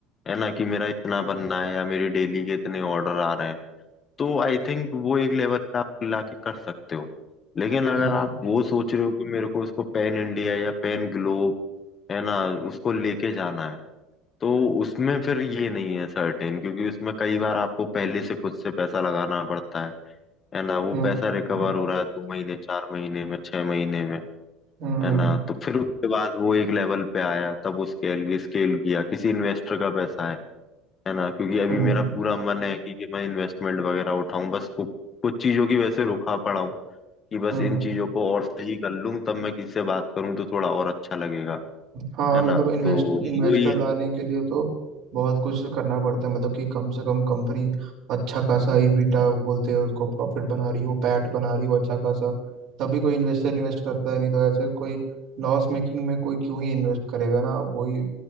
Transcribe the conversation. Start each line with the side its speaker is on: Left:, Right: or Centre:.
Left: है ना कि मेरा इतना बनना है या मेरी डेली के इतने ऑर्डर आ रहे हैं तो आई थिंक वो एक लेवल पे आप लाके कर सकते हो लेकिन अगर
Right: हम्म
Left: आप वो सोच रहे हो कि मेरे को इसको पैन इंडिया या पैन ग्लोब है ना उसको लेके जाना है तो उसमें फिर ये नहीं है सर्टेन क्योंकि उसमें कई बार आपको पहले से खुद से पैसा लगाना पड़ता है है ना वो
Right: हम्म
Left: पैसा रिकवर
Right: हम्म
Left: हो रहा है दो महीने चार महीने में छह महीने में
Right: हम्म
Left: है ना तो फिर उसके बाद वो एक लेवल पे आया तब उसके लिए स्केल किया किसी इन्वेस्टर का पैसा है है ना क्योंकि अभी
Right: हम्म
Left: मेरा पूरा मन है कि, कि मैं इन्वेस्टमेंट वगैरह उठाऊं बस कु, कुछ चीजों की वजह से रुका पड़ा हूं कि बस
Right: हम्म।
Left: इन चीजों को और सही कर लूं तब मैं किसी से बात करूं तो थोड़ा और अच्छा लगेगा
Right: हाँ
Left: है
Right: मतलब
Left: ना
Right: इन्वेस्ट
Left: तो वो
Right: इन्वेस्टर
Left: ही
Right: लाने के लिए तो बहुत कुछ करना पड़ता है मतलब कि कम से कम कंपनी अच्छा खासा ईबीटा बोलते हैं उसको प्रॉफिट बना रही हो पैट बना रही हो अच्छा खासा तभी कोई इन्वेस्टर इन्वेस्ट करता है नहीं तो ऐसे कोई लॉस मेकिंग में कोई क्यों ही इन्वेस्ट करेगा ना वही